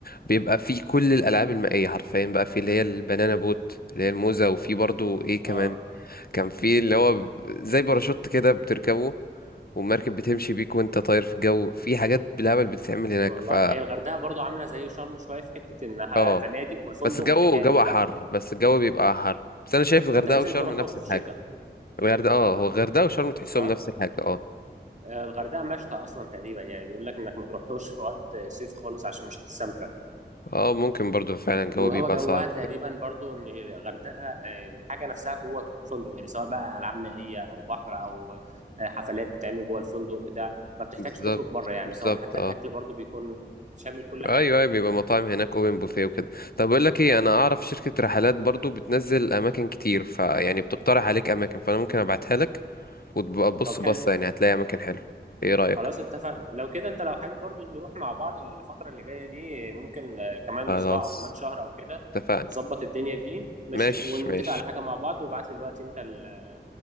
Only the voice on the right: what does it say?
اه
والله
هي الغردقه برضو عامله زي شرم شويه في حته انها
فنادق والفندق
متكامل
بقى
ما انت لازم
تروحه
في
شتاء
صح
آه، الغردقه مشتى اصلا تقريبا يعني بيقول لك انك ما تروحوش في وقت صيف خالص عشان مش هتستمتع
وهو
جوها
تقريبا برضو ان الغردقه آه، الحاجه نفسها جوه الفندق يعني سواء بقى العاب مائيه او بحر او آه، حفلات بتتعمل جوه الفندق بتاع ما بتحتاجش
تخرج بره يعني
سواء حتى
الاكل برضو بيكون شامل كل
حاجه
طب حلو
خلاص اتفقنا لو كده انت لو حابب برضو نروح مع بعض الفترة اللي جاية دي ممكن آه، كمان
اسبوع او كمان شهر او كده
نظبط الدنيا دي ماشي
ونتفق
على حاجة مع بعض وابعت لي دلوقتي انت ال-